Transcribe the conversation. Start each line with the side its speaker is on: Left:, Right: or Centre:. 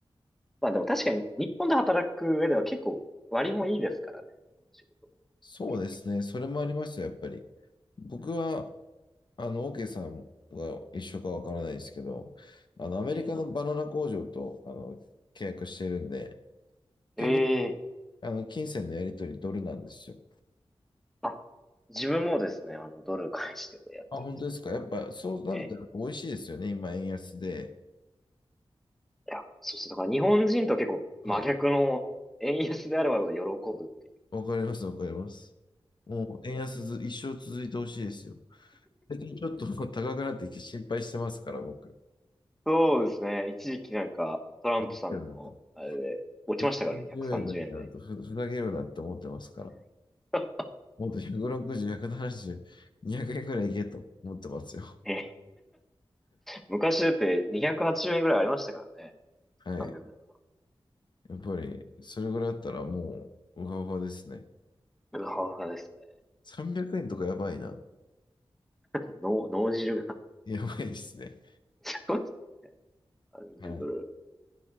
Centre: まあでも確かに、日本で働く上では結構割もいいですからね。この仕事の
Left: そうですね、
Centre: 給料
Left: それもありますよ、やっぱり。僕は、あの、OK さんが一緒かわからないですけど、あの、アメリカのバナナ工場と、
Centre: え
Left: あの、契約してるんで、
Centre: えええ
Left: 基本的に、あの、金銭のやり取りドルなんですよ。
Centre: あ、自分もですね、あの、ドル返してでやってるんですけど。
Left: あ、本当ですか。やっぱそうなるとやっぱ美味しいですよね。
Centre: ええ
Left: 今、円安で。
Centre: いや、そうですね。だから日本人とは結構真逆の円安であればあるほど喜ぶっていう。
Left: はい。わかります、わかります。もう円安ず一生続いてほしいですよ。最近ちょっともう高くなってきて心配してますから、僕。
Centre: そうですね。一時期なんかトランプさんのあれで落ちましたからね。
Left: ふざけるなと。130円だなんやなと、
Centre: 130円台に。
Left: ふ、ふざけるなって思ってますから。
Centre: <laughs>
Left: もっと160、170、200円ぐらいいけと思ってますよ。
Centre: え、昔だって280円ぐらいありましたからね。
Left: はい。
Centre: 300円とか。
Left: やっぱり、それぐらいだったらもう、うわうわですね。
Centre: うわうわですね。
Left: 300円とかやばいな。
Centre: <laughs> 脳、脳汁が
Left: やばいですね。
Centre: <laughs> すごい。<laughs> 30ドル。
Left: はい。